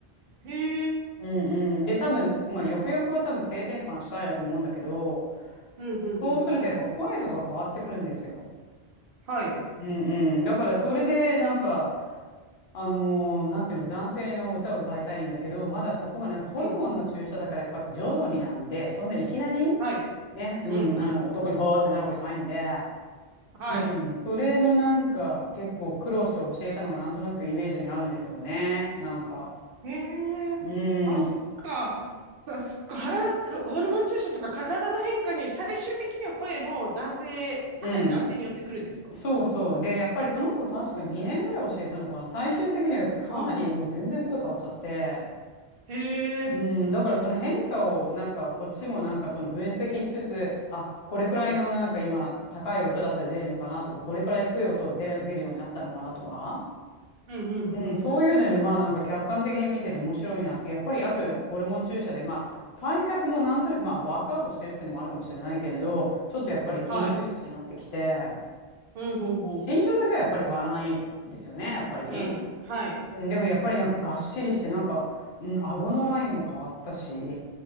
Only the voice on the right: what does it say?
へえ。
うんうんうん。
はい。
うん。
はい。
うんうん。
はい。
ええあ、
そっか。
そそっか、腹、ホルモン注射とか体の変化に最終的には声も男性、かなり男性に寄ってくるんですか
お、
はい。へえ、
うん、
うん、うん、
うん。
はい。うん、ほうほ
う。うん、はい。